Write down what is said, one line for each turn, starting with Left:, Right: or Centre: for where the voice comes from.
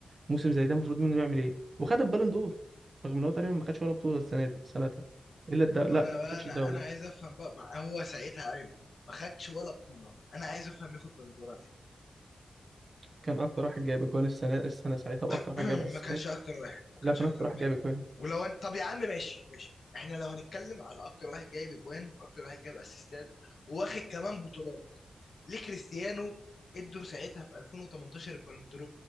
Right: موسم زي ده المفروض منه يعمل ايه وخد البالون دور رغم ان هو تقريبا ما خدش ولا بطوله السنه دي سنتها الا الدو...
Left: طب
Right: لا
Left: ما أنا بقى
Right: ما خدش
Left: أنا
Right: الدوري
Left: أنا عايز أفهم بقى ما هو ساعتها أيوه ما خدش ولا بطولة أنا عايز أفهم ياخد بلندورة ليه
Right: كان اكتر واحد جايب اجوان السنه السنه ساعتها واكتر
Left: <clears throat>
Right: واحد جايب اسيستات
Left: ما كانش أكتر واحد ما
Right: لا
Left: كانش
Right: كان
Left: أكتر
Right: اكتر واحد
Left: واحد
Right: جايب اجوان
Left: ولو انت طب يا عم ماشي ماشي احنا لو هنتكلم على اكتر واحد جايب اجوان واكتر واحد جايب اسيستات وواخد كمان بطولات ليه كريستيانو ادوا ساعتها في 2018 البالندور